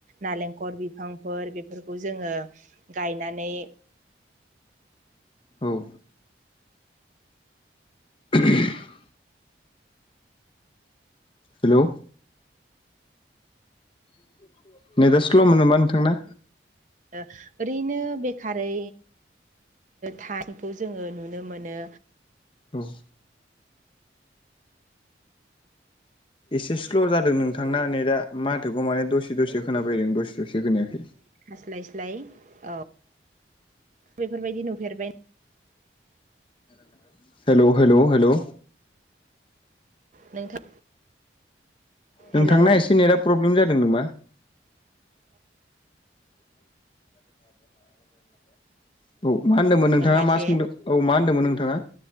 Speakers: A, on the right (about 45°); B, on the left (about 30°).
A: नालेंखर बिफांफोर बेफोरखौ जोङो गायनानै
B: औ। <inaudible> हेलौ। <inaudible> नेतआ स्ल'मोन नामा नोंथांना?
A: ओ ओरैनो बेखारै थानायखौ जोङो नुनो मोनो।
B: औ। एसे स्ल' जादों नोंथांना नेतआ माथोखौ माने दसे दसे खोनाफैदों दसे दसे खोनायाखै।
A: थास्लायस्लाय औ बेफोरबायदि नुफेरबाय।
B: <inaudible> Hello hello hello.
A: नोंथां।
B: नोंथांना
A: हेलौमोन
B: एसे नेटआ प्रब्लेम जादों नामा? <inaudible> औ मा होन्दोंमोन नोंथाङा
A: मानसे
B: मा सोंदों औ मा होन्दोंमोन नोंथाङा?